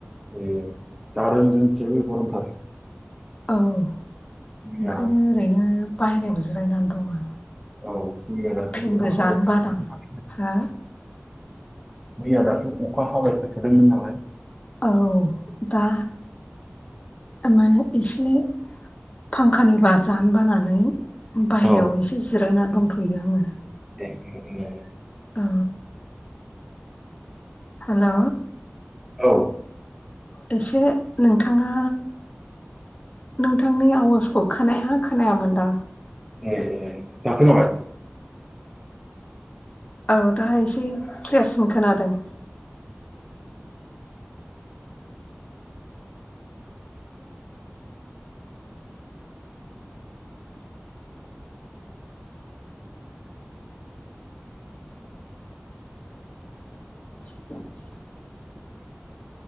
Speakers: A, in the centre; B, on the left.
A: ए जादों जोंनिथिंबो गरमथार
B: औ ओंखायनो
A: मैया
B: ओरैनो बायहेरायाव जिरायनानै दं आं
A: औ मिया दाख्लैबो
B: फेनबो
A: अखा
B: जानो
A: <unintelligible>
B: बादां हा
A: मैया दाख्लै अखा हाबाय थाखादोंमोन नालाय
B: औ दा ओ माने इसे फांखानि बार जानो बानानै बायहेरायाव
A: औ
B: एसे जिरायनानै दंथ'यो आङो।
A: <unintelligible>
B: औ हलौ
A: औ
B: एसे नोंथाङा नोंथांनि आवाजखौ खोनाया खोनाया मोनदां
A: ओम ओम दा खोनाबाय
B: औ दा एसे क्लियारसिन खोनादों <unintelligible>